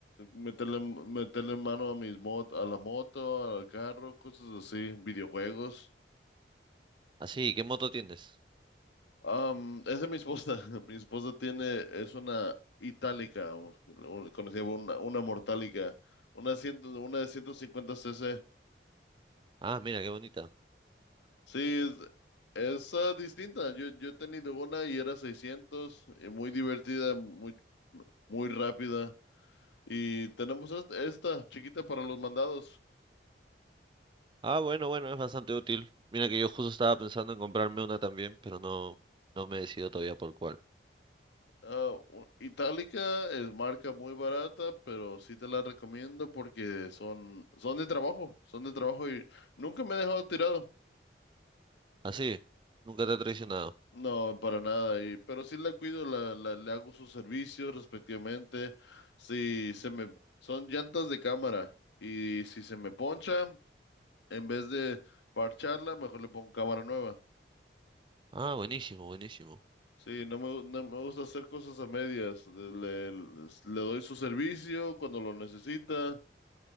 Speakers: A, on the left; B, on the right.
A: meterle, meterle mano a mis mot a la moto, al carro, cosas así, videojuegos.
B: Así, ¿qué moto tienes?
A: Am, es de mi esposa. <laughs> Mi esposa tiene, es una Itálica, o- o conocida como una, una Mortálica, una, ciento, una de 150 cc.
B: Ah, mira, qué bonita.
A: Sí, es, es, ah, distinta. Yo, yo he tenido una y era 600 y muy divertida, muy, muy rápida. Y tenemos esta, esta chiquita para los mandados.
B: Ah, bueno, bueno, es bastante útil. Mira que yo justo estaba pensando en comprarme una también, pero no, no me he decidido todavía por cuál.
A: Ah, u- Itálica es marca muy barata, pero sí te la recomiendo porque son, son de trabajo, son de trabajo y nunca me he dejado tirado.
B: Ah, sí, nunca te ha traicionado.
A: No, para nada, y, pero sí la cuido, la, la- le hago sus servicios respectivamente. Si se me, son llantas de cámara y si se me poncha, en vez de parcharla, mejor le pongo cámara nueva.
B: Ah, buenísimo, buenísimo.
A: Sí, no me, no me gusta hacer cosas a medias. Le, le le doy su servicio cuando lo necesita.